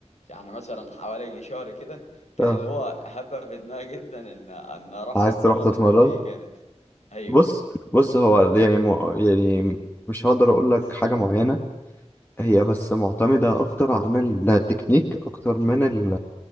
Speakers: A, on the left (about 70°); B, on the left (about 15°).
A: يعني مثلا حوالي شهر كده كان
B: اه
A: اللي هو حابه في دماغي جدا ان ان اروح
B: عايز
A: اتمرن
B: تروح تتمرن
A: ام ام اي جامد ايوه
B: بص بص هو يعني م- يعني مش هقدر اقول لك حاجه معينه هي بس معتمده اكتر عن التكنيك اكتر من ال...